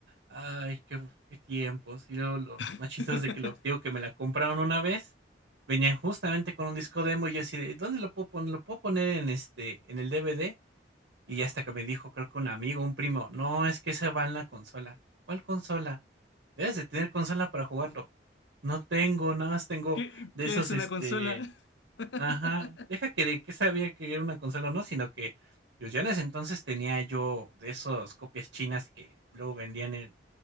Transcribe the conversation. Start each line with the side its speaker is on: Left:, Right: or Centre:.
Right: "Ay, qué qué tiempos". Y luego lo más
Left: <laughs>
Right: chistoso es de que lo digo que me la compraron una vez, venían justamente con un disco demo y yo así de: "¿Dónde lo puedo poner? ¿Lo puedo poner en, este, en el DVD?". Y ya hasta que me dijo, creo que un amigo, un primo: "No, es que esa va en la consola". "¿Cuál consola?". "Debes de tener consola para jugarlo". "No tengo, nada más tengo
Left: ¿Qué,
Right: de
Left: qué
Right: esos,
Left: es una
Right: este,
Left: consola? <laughs>
Right: Ajá, deja que de qué sabía que era una consola o no, sino que, pues, yo en ese entonces tenía yo de esos copias chinas que luego vendían en